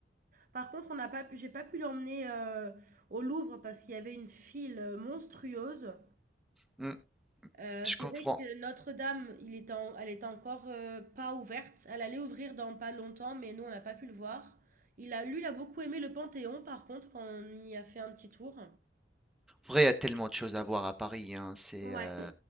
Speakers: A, on the right; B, in the centre.
A: Par contre, on n'a pas pu, j'ai pas pu l'emmener euh, au Louvre parce qu'il y avait une file euh, monstrueuse.
B: mm,
A: Heu,
B: je
A: c'est
B: comprends.
A: vrai que Notre-Dame, il était en elle était encore, heu, pas ouverte. Elle allait ouvrir dans pas longtemps, mais nous, on n'a pas pu le voir. Il a lui, il a beaucoup aimé le Panthéon, par contre, quand on y a fait un petit tour.
B: En vrai, il y a tellement de choses à voir à Paris. hein, C'est,
A: Ouais.
B: euh,